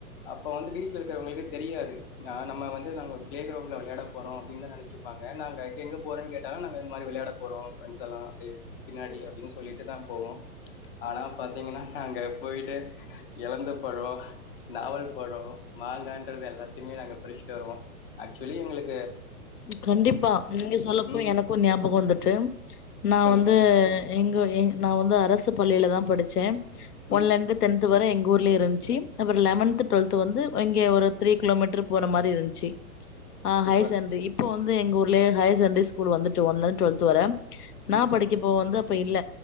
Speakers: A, on the left; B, on the left.
A: அப்போ வந்து வீட்ல இருக்றவங்களுக்கு தெரியாது நா நம்ம வந்து நம்ம பிலே கிரவ்ன்ட் விளையடபோறோ அப்டின்னு நெனச்சுப்பாங்க நாங்க எங்க போறனு கேட்ட நாங்க இந்தமாரி விளையாட போறோ ப்ரெண்ட்ஸ் எல்லா அப்டி பின்னாடி அப்டினு சொல்லிட்டுதா போவோ ஆனா பாத்திகனா நாங்க போய்ட்டு எழந்த பழ நாவல் பாழ மாங்கான் க்றத எல்லாத்தையுமே நாங்க பருச்சுட்டு வருவோ ஏக்சுலி எங்களுக்
B: கண்டிப்பா நீங்க சொல்லப்போய்
A: ம்
B: எனக்கு நியாபகம் வந்துட்டு நா
A: சொல்லுங்க
B: வந்து எங்க எ நா வந்து அரஸ் அரசு பள்ளில தா படுச்சே
A: ம்
B: ஒன்லிந்து டென்த் வர எங்க ஊர் <unintelligible> அப்றோ லெவன்த் டுவெல்த் வந்து இங்க ஒரு த்ரீ கிலோமீட்டர் போற மாரி இருந்ச்சு ஆஹ்
A: சூப்பர்
B: ஹய்சேன் வந்து எங்க ஊர்லே ஹையர் சகண்ட்ரி ஸ்கூல் வந்துட்டு ஒன்லந்து டுவெல்த் வர நா
A: ம்
B: படிக்கப்போ வந்து இப்ப இல்ல